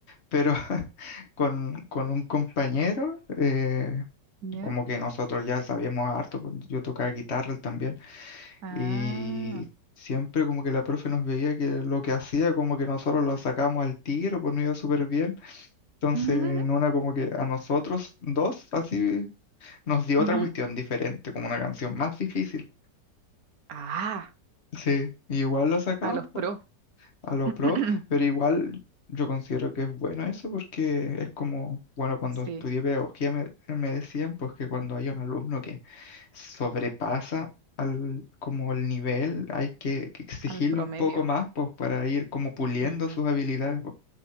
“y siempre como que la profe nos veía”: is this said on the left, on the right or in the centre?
Left